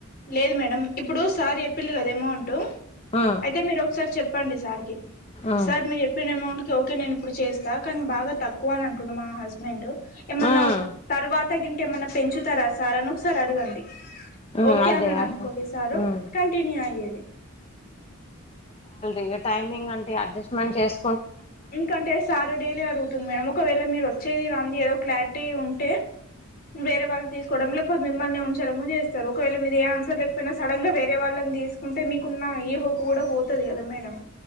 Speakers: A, on the left; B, on the left.
A: లేదు మేడం ఇప్పుడు సార్ చెప్పిండు కదా అమౌంట్
B: ఉమ్
A: అయితే మీరు ఒకసారి చెప్పండి సార్కి
B: ఉమ్
A: సార్ మీరు చెప్పిన ఎమౌంట్ ఓకే నేను ఇప్పుడు చేస్తా కానీ బాగా తక్కువ అని అంటుండు మా హస్బెండు ఏమన్నా
B: ఉమ్
A: తర్వాత తగింటే ఏమన్నా పెంచుతారా సార్ అని ఒకసారి అడగండి
B: మ్మ్
A: ఓకే
B: అదే
A: అన్నాడు
B: అ
A: అనుకోండి సారు
B: మ్మ్
A: కంటిన్యూ అయ్యేది
B: ఇంగ టైమింగ్ అంటే అడ్జస్ట్మెంట్ చేస్
A: ఇంకంటే సారు డైలీ అడుగుతుంది మేడం ఒకవేళ మీరు వచ్చేది రాంది ఏదో క్లారిటీ ఉంటే వేరే వాళ్ళు తీసుకోవడం లేకపోతే మిమ్మల్నే ఉంచడం చేస్తారు ఒకవేళ మీద ఏ ఆన్సర్ లేకపోయినా సడన్గా వేరే వాళ్ వాళ్ళని తీసుకుంటే మీకున్న ఏ హోప్ కూడా పోతది కదా మేడం